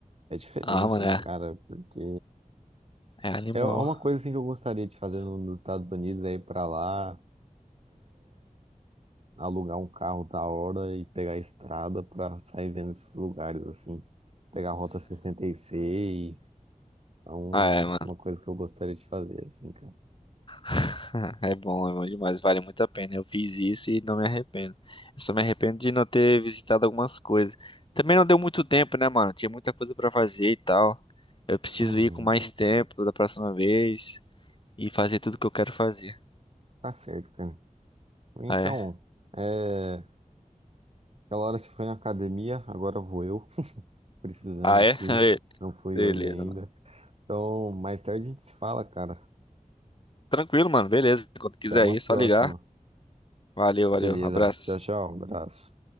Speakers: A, on the right (about 45°); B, on the left (about 35°).
A: É diferente,
B: Ah, mano,
A: né,
B: é,
A: cara? Porque...
B: é animal.
A: É é uma coisa assim que eu gostaria de fazer no- nos Estados Unidos, é ir pra lá, alugar um carro da hora e pegar a estrada pra sair vendo esses lugares assim, pegar a Rota sessenta e seis então
B: Ah, é, mano.
A: uma coisa que eu gostaria de fazer assim, cara.
B: <laughs> É bom, é bom demais, vale muito a pena. Eu fiz isso e não me arrependo. Eu só me arrependo de não ter visitado algumas coisas. Também não deu muito tempo, né, mano? Tinha muita coisa pra fazer e tal. Eu preciso
A: Uhum,
B: ir com mais tempo da próxima vez e fazer tudo que eu quero fazer.
A: tá certo, cara. Então,
B: Ah, é?
A: é, aquela hora você foi na academia, agora vou eu, precisando
B: Ah,
A: aqui,
B: é? <laughs>
A: não fui
B: Beleza,
A: hoje ainda.
B: mano.
A: Então, mais tarde a gente se fala, cara.
B: Tranquilo, mano. Beleza. Quando quiser
A: Até uma
B: ir,
A: próxima.
B: é só ligar. Valeu,
A: Beleza,
B: valeu. Abraço.
A: tchau, tchau, abraço.